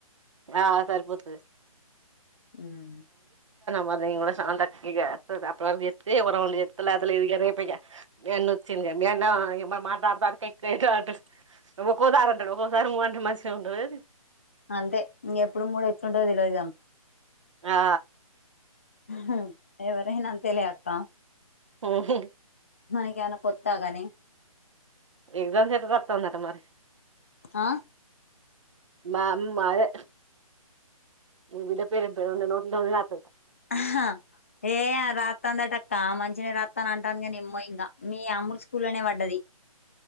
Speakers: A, on the right (about 55°); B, on the left (about 20°).
A: ఆ సరిపోద్లే
B: హుమ్
A: మరి స్రవంతి అక్క ఇగ అప్పటివరకు చేస్తేకూడా రౌం లేకపోతే లేదుగా రేపేఎత్తు మేన్ వచ్చి మేం మా మాట్లాడ తంటే ఒక్కోసారి అంటారు ఒ ఒక్కసారి మూవ అంట మంచి ఉండేది
B: అంతే ఇంగ ఎప్పుడు మూడు వచ్చిండేది లేదని
A: ఆ
B: ఉహూ ఎవరైనా అంతె తేలే అత్త
A: ఏంటది
B: మనకేమన్న కొత్తాగాని
A: ఎక్సాంస్ ఎట్ట రాతందంట మరి
B: ఆ
A: మా మావే మీ బిడ్డ పేరు <inaudible>
B: అహ్హ్ ఏ రాత్తందటక్క ఆమన్ చ్చిన రాత్తా అని అంటాంది గానేమ్మో ఇంగా మీ అమ్ములు స్కూల్లోనే వడ్డది